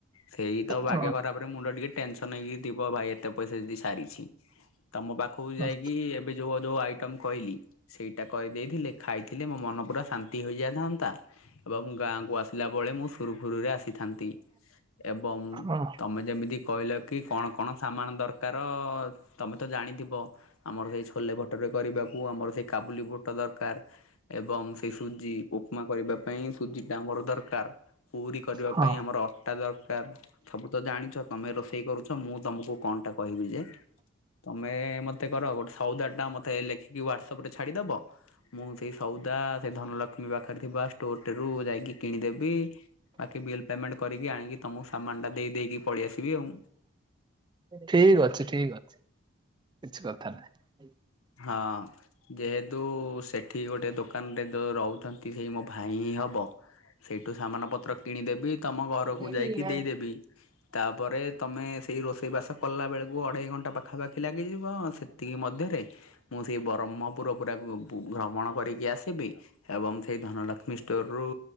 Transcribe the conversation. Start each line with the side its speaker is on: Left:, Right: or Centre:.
Left: ସେଇ ତ ଭାଗ୍ୟ
Right: ହଁ
Left: ଖରାପରେ ମୁଣ୍ଡ ଟିକେ ଟେନସନ ହେଇକି ଥିବ ଭାଇ ଏତେ ପଇସା ଯଦି ସାରିଛି। ତମ ପାଖକୁ
Right: ହଁ
Left: ଯାଇକି ଏବେ ଯୋଉ ଯୋଉ ଆଇଟମ କହିଲି। ସେଇଟା କରିଦେଇଥିଲେ ଖାଇଥିଲେ ମୋ ମନ ପୁରା ଶାନ୍ତି ହୋଇଯାଇଥାନ୍ତା। ଏଂବ ଗାଁକୁ ଆସିଲା ବଳେ ମୁଁ ସୁରୁଖୁରୁରେ ଆସିିଲି। ଥାନ୍ତି ଏବଂ
Right: ହଁ
Left: ତମେ ଯେମିତି କହିଲ କି କଣ କଣ ସାମାନ ଦର ତାର ତମେ ତ ଜାଣିଥିବ ଆମର ହେଇ ଛୁ ଛୋଲେ ବଟରରେ କରିବାକୁ ଆମର ସେଇ କାବୁଲି ବୁଟ ଦରକାର। ଏବଂ ସେଇ ସୁଜି ଉପମା କରିବା ପାଇଁ ସୁଜି ଟା ଆମର ଦରକାର। ପୁରୀ କରିବା
Right: ହଁ
Left: ପାଇଁ ଆମର ଅଟା ଦରକାର ସବୁ ତ ଜାଣିଛ ତମେ ରୋଷେଇ କରୁଛ ମୁଁ ତମକୁ କଣଟା। କହିବି ଯେ ତମେ ମତେ କର ଗୋଟେ। ସଉଦା ଟା ମତେ ଲେଖିକି ହ୍ୱାଟସପ ରେ ଛାଡିଦବ ମୁଁ ସେଇ ସଉଦା ସେଇ ଧନଲ। ପିଇବା ପାଖରେ ଥିବା ଷ୍ଟୋର ଟି ରୁ ଯାଇକି କିଣି ଦେବି ବାକି ବିଲ ପେମେଣ୍ଟ କରି କି ଆଣିକି। ତମକୁ ସାମାନ ଟା ଦେଇଦେଇକି ପଳେଇଆସିବି ଆଉ।
Right: ଠିକ ଅଛି ଠିକ ଅଛି କିଛି କଥା ନାହିଁ।
Left: ହଁ ଯେହେତୁ ସେଠି ଗୋଟେ ଦୋକାନଟେ ତ ରହୁଛନ୍ତି ହେଇ ମୋ। ଭାଇ ହି ହବ ସେଇଠୁ ସାମାନ ପତ୍ର କିଣିଦେବି ତମ ଘରକୁ
Right: ନାହିଁ।
Left: ଯାଇକି ଦେଇଦେବି। ତାପରେ ତମେ ସେଇ ରୋଷେଇ ବାସ କଲା ବେଳକୁ ଅଢେଇ ଘଣ୍ଟା ପାଖାପାଖି। ଥିଲା କି ଯିବ ସେତିକି ମଧ୍ୟରେ ମୁଁ ସେଇ ବ୍ରହ୍ମପୁର ଗୁଡାକୁ। ଭ୍ରମଣ କରିକି ଆସିବି ଏବଂ ସେଇ ଧନଲକ୍ଷ୍ମୀ ଷ୍ଟୋର ରୁ।